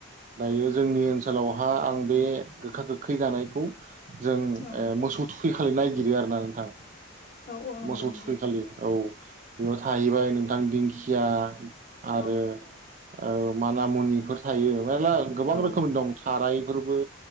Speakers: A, on the right (about 35°); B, on the left (about 40°).
A: दायो जोंनि ओनसोलावहा आं बे गोखा गोखै जानायखौ जों
B: औ
A: ओ मोसौ थुखै खालि नायगिरो आरोना नोंथां
B: औ औ नंगौ
A: मोसौ
B: नंगौ
A: थुखै खालि औ। बेयाव थाहैबाय नोंथां दिंखिया आरो
B: औ
A: औ माना मुनिफोर थायो मेरला गोबां
B: औ
A: रोखोम दं थाराइ फोरबो